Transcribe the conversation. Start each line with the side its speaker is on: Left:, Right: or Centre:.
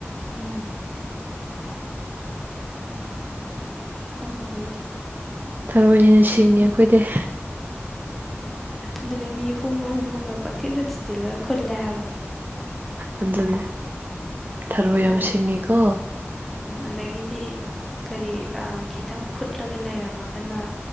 Centre: ꯎꯝ ꯈꯪꯗꯔ꯭ꯦꯗ
Right: ꯊꯔꯣꯏ ꯍꯦꯟꯅ ꯁꯤꯡꯉꯦ ꯑꯩꯈꯣꯏꯗꯩ꯫
Centre: ꯑꯗꯨꯅꯦ ꯃꯤ ꯍꯨꯝꯃ ꯍꯨꯝꯃꯒ ꯄꯪꯊꯤꯟꯗ ꯊꯤꯟꯖꯤꯜꯂꯒ ꯈꯨꯜꯂꯦ ꯍꯥꯏꯕ
Right: ꯑꯗꯨ ꯊꯔꯣꯏ
Centre: ꯑꯗꯒꯤ
Right: ꯌꯥꯝ ꯁꯤꯡꯉꯤꯀꯣ
Centre: ꯑꯗꯒꯤꯗꯤ ꯀꯔꯤ ꯈꯤꯇꯪ ꯍꯨꯠꯂꯒ ꯂꯩꯔꯝꯃꯒꯅ